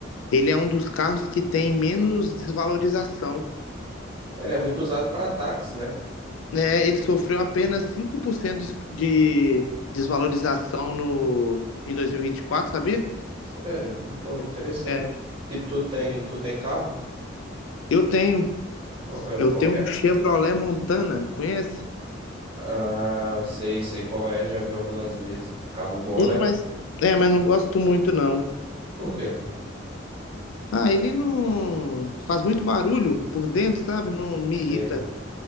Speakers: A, on the left (about 75°); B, on the right (about 25°).
A: Ele é um dos carros que tem menos desvalorização.
B: Ele é muito usado para ataques, né?
A: É, ele sofreu apenas 5% de desvalorização no, em 2024, sabia?
B: Sério. Pô, interessante.
A: É,
B: E tu tem, tu tem carro?
A: eu tenho,
B: Qual que é?
A: eu
B: qual
A: tenho
B: que
A: um
B: é?
A: Chevrolet Montana, conhece?
B: Ah, eu sei, sei qual é, já vi algumas vezes. Carro bom,
A: É,
B: né?
A: mas, é, mas não gosto muito não.
B: Por quê?
A: Ah, ele não faz
B: Não
A: muito barulho por dentro, sabe? Não me
B: Sei.
A: irrita.